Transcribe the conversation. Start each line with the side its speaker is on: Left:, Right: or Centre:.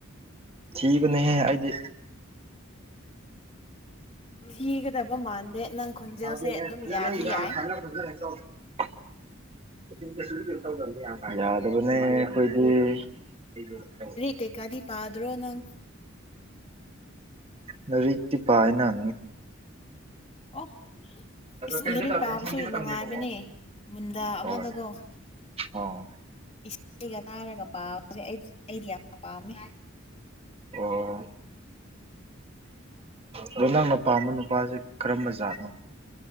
Right: ꯊꯤꯕꯅꯦꯍꯦ ꯑꯩꯗꯤ
Left: ꯊꯤꯒꯗꯕ ꯃꯥꯥꯟꯗꯦ ꯅꯪ ꯈꯣꯟꯖꯦꯜꯁꯦ
Right: <unintelligible>
Left: ꯑꯗꯨꯝ ꯌꯥꯗꯤ ꯌꯥꯏ
Right: <unintelligible> ꯌꯥꯗꯕꯅꯦ ꯑꯩꯈꯣꯏꯗꯤ <unintelligible>
Left: ꯇꯩꯀꯥꯗꯤ ꯄꯥꯗ꯭ꯔꯣ ꯅꯪ
Right: ꯂꯥꯏꯔꯤꯛꯇꯤ ꯄꯥꯏꯌꯦꯅ
Left: ꯑꯣ ꯏꯁ
Right: ꯀꯩꯝꯇ
Left: ꯂꯥꯏꯔꯤꯛ
Right: ꯇꯧ
Left: ꯄꯥꯕꯁꯨ
Right: ꯀꯣꯔꯁꯟꯒꯤ ꯃꯇꯝꯅꯦꯕꯀꯣ
Left: ꯅꯨꯡꯉꯥꯏꯕꯅꯦ ꯃꯨꯟꯗꯥ ꯑꯃꯗꯀꯣ
Right: ꯍꯣꯏ ꯑꯣ
Left: ꯏꯁꯩ ꯇꯥꯔꯒ ꯄꯥꯕꯁꯦ ꯑꯩ ꯑꯩꯗꯤ ꯌꯥꯝꯅ ꯄꯥꯝꯃꯦ
Right: ꯑꯣ ꯑꯗꯣ ꯅꯪꯅ ꯄꯥꯝꯕ ꯅꯨꯄꯥꯁꯦ ꯀꯔꯝꯕ ꯖꯥꯠꯅꯣ